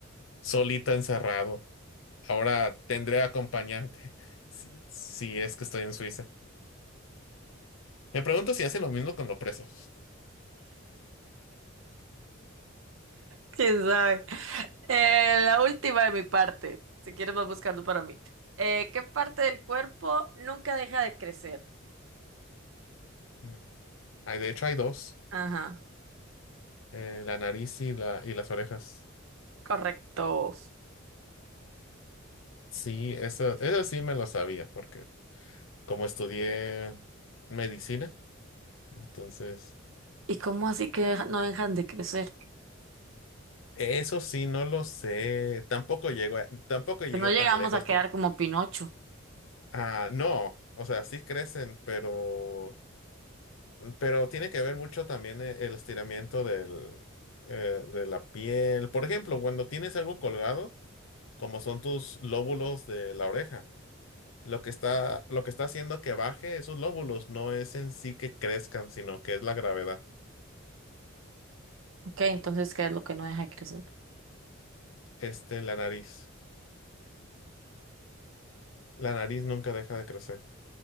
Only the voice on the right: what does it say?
¿Quién sabe? Eh, la última de mi parte. Si quieres, vas buscando para mí. Eh, ¿qué parte del cuerpo nunca deja de crecer?
Ajá,
correcto.
¿Y cómo así que deja- no dejan de crecer?
Que no llegamos
a quedar
como Pinocho.
Ok, entonces, ¿qué es lo que no deja de crecer?